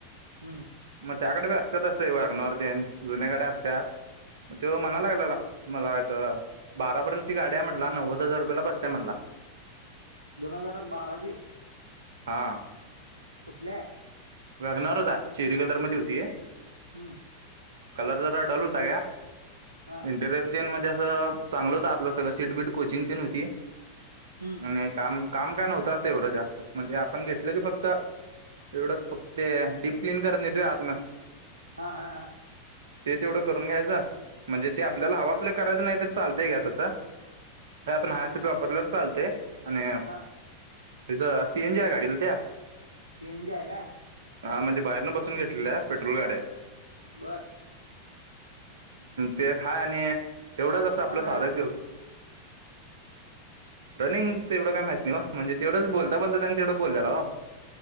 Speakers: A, on the right; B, on the right.
A: हम्म
B: मग त्याकडे बी असतात असं वागनवरथन जुन्याकडे असतात. तेव म्हणायला मलाच बारार्यंती गाड्या म्हला नव्द हजार रुपयाला बसत्या म्हटला.
A: दोन हजार बाराची
B: हा,
A: कुठलंय,
B: वागणार होता शेरी कलर मध्ये होतीय.
A: हम्म,..
B: कलर जरा डल होता का..
A: हा
B: इंटिरियर चेन म्हणजे असं चांगलं होतं आपलं सगळं सिटबीट कोचिंग पण होती.
A: हम्म.
B: म्ह काम काम काय नव्हतं असं एवढं जास्त म्हणजे आपण घेतलं की फक्त एवढंच फक्त डीप क्लीन करत नाही तूय आतमा
A: हा हा हा
B: ते तेवढं करून घ्यायचं म्हणजे ते आपल्याला
A: हम्म
B: हवासले करायचं नाही तर चालतय घ्या तसं हे आपण
A: हम्म
B: हासप वापरल्यावर चालते आणि
A: हा
B: तिचं सीएनजी आहे गाडीला त्या,
A: ईन जाय का
B: हां म्हजे बाहेरन बसून घेतलेल्या पेट्रोल गाड्या
A: बर
B: ते खा आणि तेवढंच आपलं
A: अ र
B: साधं किर रनिंगच एवढं काय माह नाही म्हणे तेढंच बोलता बोलता त्यांनी तेवढं बोलल्याला हो,